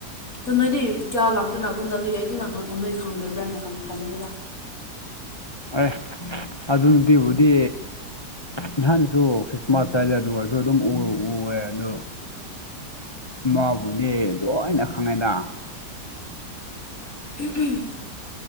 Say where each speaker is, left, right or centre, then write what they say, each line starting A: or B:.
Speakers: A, on the left; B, on the left.
A: ꯑꯗꯨ ꯅꯣꯏꯗꯤ ꯀꯌꯥ ꯂꯛꯇꯤ <unintelligible> ꯑꯩꯗꯤ ꯅꯍꯥ ꯑꯣ ꯅꯣꯏ ꯈꯪꯗꯕꯥ꯭ꯔ ꯍꯥꯏꯅꯥ ꯍꯪ ꯍꯪꯒꯅꯤꯗ
B: ꯑꯦ ꯑꯗꯨ ꯅꯨꯄꯤꯕꯨꯗꯤ ꯅꯍꯥꯟꯁꯨ ꯈ꯭ꯔꯤꯁꯃꯥꯁ <unintelligible> ꯑꯗꯨꯒꯁꯨ ꯑꯗꯨꯝ ꯎ ꯎꯑꯦ ꯑꯗꯨ ꯃꯥꯕꯨꯅꯦ ꯂꯣꯏꯅ ꯈꯪꯉꯦꯗ
A: <unintelligible>